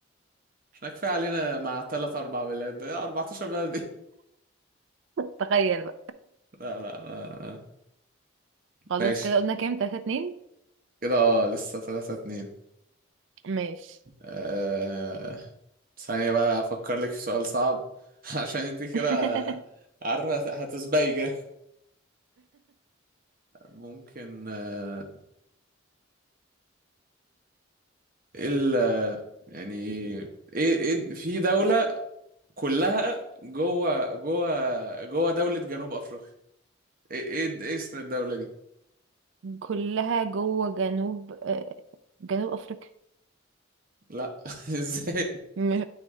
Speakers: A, on the right; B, on the right.
A: احنا كفايه علينا مع ثلاث اربع بلاد 14 بلد ايه
B: تخيل
A: لا لا انا
B: خلاص
A: ماشي
B: كده قلنا كام تلاتة اتنين
A: كده اه لسه 3 2
B: ماشي
A: أه... ثانية بقى افكر لك في سؤال صعب <laughs> عشان انت كده
B: <laughs>
A: عارفة هتسبقي جا ممكن آه، ايه ال يعني ايه ايه في دولة كلها جوه جوه جوه دولة جنوب افريقيا ايه ايه إيه اسم الدولة دي
B: كلها جوه جنوب آه، جنوب افريقيا
A: لا <laughs> ازاي
B: مش